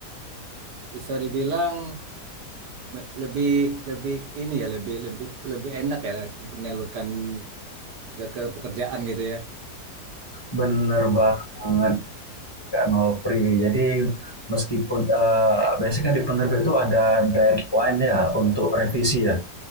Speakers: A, on the right; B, on the left.
A: bisa dibilang me- lebih lebih ini ya lebih lebih lebih enak ya untuk menyalurkan ke, ke pekerjaan gitu ya.
B: Bener banget, Kak Nopri. Jadi, meskipun eh, biasanya kan di penerbit itu ada deadline ya untuk revisi ya.